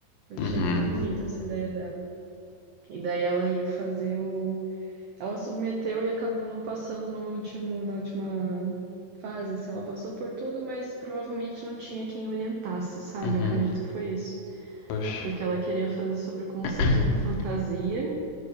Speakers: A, on the right (about 80°); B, on the left (about 85°).
A: Eu achei
B: Uhum,
A: muito bonita essa ideia dela. E daí ela ia fazer o. Ela submeteu e acabou não passando no último, na última fase, assim. Ela passou por tudo, mas provavelmente não tinha quem orientasse, sabe?
B: uhum.
A: Eu acredito que foi isso.
B: Poxa.
A: Porque ela queria fazer sobre o conceito
B: <coughs>
A: de fantasia